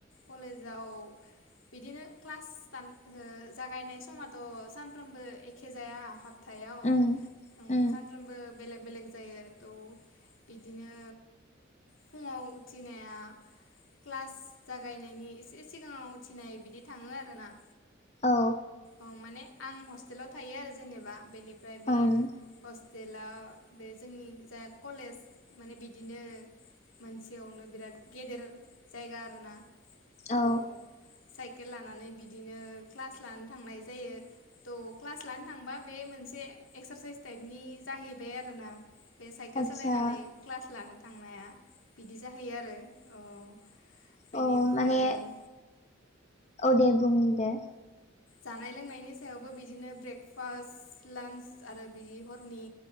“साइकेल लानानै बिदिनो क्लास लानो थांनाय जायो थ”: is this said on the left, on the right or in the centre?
Left